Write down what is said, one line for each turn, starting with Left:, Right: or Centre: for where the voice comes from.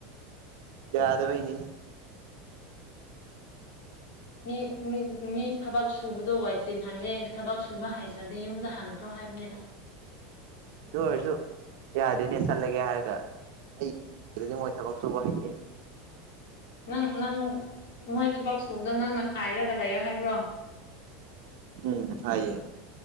Right: ꯌꯥꯗꯕꯩꯅꯤꯅꯦ
Left: ꯃꯤ ꯃꯤ ꯊꯕꯛ ꯁꯨꯕꯗꯣ ꯋꯥꯏꯆꯦꯟ ꯍꯜꯂꯦ ꯊꯕꯛ ꯁꯨꯕ ꯍꯩꯇ꯭ꯔꯗꯤ ꯌꯨꯝꯗ ꯍꯟꯈ꯭ꯔꯣ ꯍꯥꯏꯕꯅꯤꯗ <unintelligible>
Right: ꯔꯁꯨ ꯌꯥꯗꯦꯅꯦ ꯆꯠꯂꯒꯦ ꯍꯥꯏꯔꯒ ꯑꯩꯗꯤ ꯃꯣꯏ ꯊꯕꯛ ꯁꯨꯕ ꯍꯩꯇꯦ
Left: ꯅꯪ ꯅꯪ ꯃꯣꯏ ꯊꯕꯛ ꯁꯨꯕꯗꯣ ꯅꯪꯅ ꯈꯥꯏꯔꯒ ꯂꯩꯌꯣ ꯍꯥꯏꯕ꯭ꯔꯣ
Right: ꯎꯝ ꯍꯥꯏꯦ